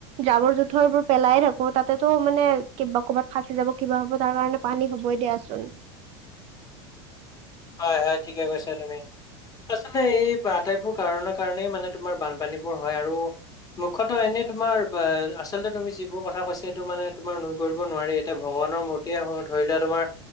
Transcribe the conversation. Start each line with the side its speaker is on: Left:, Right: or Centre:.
Right: জাবৰ জোথৰবোৰ পেলাই থাকো তাতেতো মানে কিবা কৰ'বাত ফাঁচি যাব কিবা হ'ব তাৰ কাৰণে- পানী হ'বই দিয়াচোন।
Left: হয় হয় ঠিকে কৈছা তুমি, আচলতে এই আটাইবোৰ কাৰণৰ কাৰণেই মানে তোমাৰ বানপানী বোৰ হয় আৰু দুখত এনেই তোমাৰ আচলতে তুমি যিবোৰ কথা কৈছা সেইটো মানে তোমাৰ নুই কৰিব নোৱাৰি। ভগৱানৰ মূৰ্তে হওঁক ধৰি লোৱা তোমাৰ